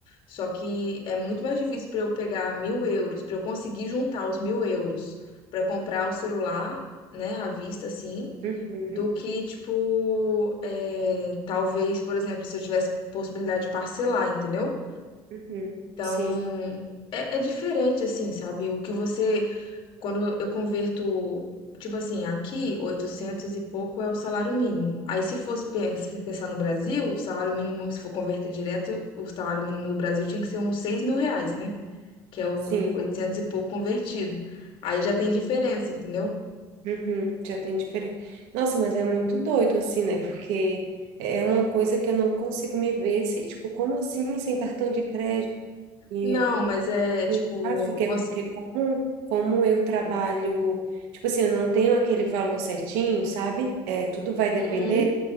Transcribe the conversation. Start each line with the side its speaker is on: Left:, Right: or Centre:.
Left: só que é muito mais difícil para eu pegar mil euros, para eu conseguir juntar os mil euros para comprar o celular, né, à vista, assim,
Right: uhum,
Left: do que, tipo, é, talvez, por exemplo, se eu tivesse possibilidade de parcelar, entendeu?
Right: uhum,
Left: Então,
Right: sim.
Left: é, é diferente, assim, sabe? O que você, quando eu converto, tipo assim, aqui, 800 e pouco é o salário mínimo. Aí, se fosse pens- pensar no Brasil, o salário mínimo, se for converter direto, o salário mínimo do Brasil tinha que ser uns seis mil reais, né? Que é o
Right: Sim.
Left: 800 e pouco convertido. Aí já tem diferença, entendeu?
Right: Uhum, já tem diferença. Nossa, mas é muito doido assim, né? Porque é uma coisa que eu não consigo me ver, se, tipo, como assim sem cartão de crédito, dinheiro?
Left: Não, mas é
Right: Eu
Left: tipo,
Right: acho que
Left: você.
Right: é porque como, como eu trabalho, tipo assim, eu não tenho aquele valor certinho, sabe? É, tudo vai depender
Left: Uhum,